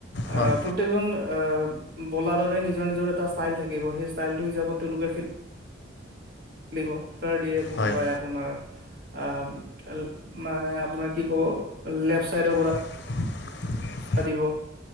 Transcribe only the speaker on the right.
আহ
প্ৰত্যেক জন আহ। বলাৰৰে নিজৰ নিজৰ এটা ষ্টাইল থাকিব, সেই ষ্টাইলটো হিচাবত তেওঁলোকে খেল খেলিব, কাৰ দিয়ে কোনোবাই
আপোনাৰ অ', মানে আপোনাৰ কি ক'ব লেফ্ট চাইডৰ পৰা
দিব,